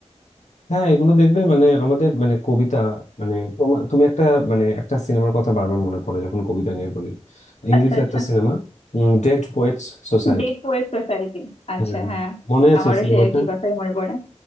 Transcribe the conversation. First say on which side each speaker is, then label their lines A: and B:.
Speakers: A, on the left (about 80°); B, on the left (about 60°).
A: হ্যাঁ এগুলো দেখবে মানে আমাদের মানে কবিতা মানে তোমা- তুমি একটা মানে একটা সিনেমার কথা বারবার মনে পড়ে যখন কবিতা নিয়ে বলি ইংলিশ
B: আচ্ছা আচ্ছা
A: একটা সিনেমা ডেড পোয়েটস সোসাইটি
B: Dead poet society আচ্ছা
A: হ্যাঁ
B: হ্যাঁ
A: মনে আছে
B: আমারও
A: সিনেমাটা
B: সেই একই কথাই মনে পড়ে